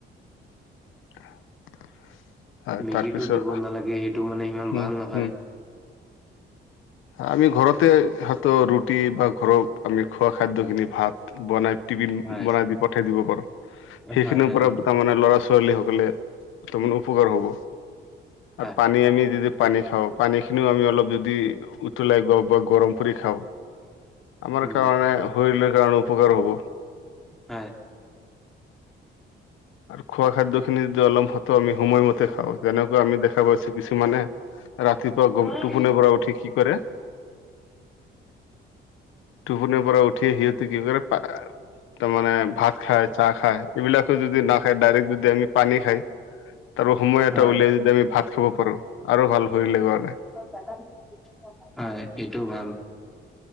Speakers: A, on the left; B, in the centre.
A: <unintelligible>
B: মেগীটো
A: তাৰপিছত
B: দিব নালাগে, সেইটো মানে সিমান ভাল
A: উম
B: নহয়।
A: উম আমি ঘৰতে হয়তো ৰুটি বা ঘৰত আমি খোৱা খাদ্য খিনি ভাত বনাই টিফিন
B: হয়,
A: বনাই দি পঠাই দিব পাৰোঁ। সেইখিনিৰ
B: হয়, হয়।
A: পৰা তাৰমানে ল'ৰা ছোৱালী সকলে তাৰমানে উপকাৰ হ'ব।
B: হয়,
A: আৰু পানী আমি য পানী খাওঁ, পানী খিনিও আমি অলপ যদি উতলাই গওঁ বা গৰম কৰি খাওঁ। আমাৰ
B: উম,
A: কাৰণে শৰীৰ কাৰণে উপকাৰ হ'ব।
B: হয়।
A: আৰু খোৱা খাদ্য খিনি যদি অলমপ হত আমি সময়মতে খাওঁ, যেনেকৈ আমি দেখা পাইছোঁ কিছুমানে ৰাতিপুৱা গ
B: হয়,
A: টোপনিৰ পৰা উঠি কি কৰে? টোপনিৰ পৰা উঠিয়ে সিহঁতে কি কৰে তাৰ মানে ভাত খাই চাহ খায়। এইবিলাকো যদি নাখাই ডাইৰেক্ট যদি আমি পানী খাই, তাৰপৰা সময
B: হয়,
A: এটো উলিয়াই যদি আমি ভাত খাব পাৰোঁ। আৰু ভাল। শৰীৰৰ কাৰণে
B: <inaudible> হয়, এইটোও ভাল।